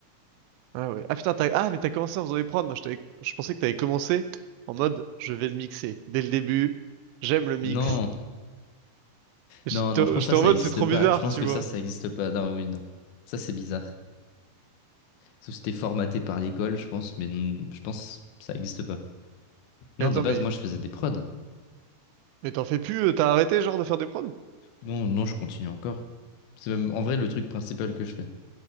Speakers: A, on the right; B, on the left.
A: Ah ouais. Ah putain, t'as... Ah, mais t'as commencé en faisant des prods. Moi, je, t'avais- je pensais que t'avais commencé en mode je vais le mixer. Dès le début, j'aime le mix.
B: Non,
A: J'étais
B: non, non, je pense
A: j'étais
B: que ça,
A: en
B: ça
A: mode
B: existe
A: c'est trop
B: pas.
A: bizarre,
B: Je pense
A: tu
B: que
A: vois.
B: ça, ça existe pas. Non, oui, non. Ça, c'est bizarre. Sauf si c'était formaté par l'école, je pense, mais non, je pense que ça existe pas. Non,
A: Et attends,
B: de base,
A: mais,
B: moi, je faisais des prods.
A: mais t'en fais plus, euh, t'as arrêté genre de faire des prods?
B: Non, non, je continue encore. C'est même, en vrai, le truc principal que je fais.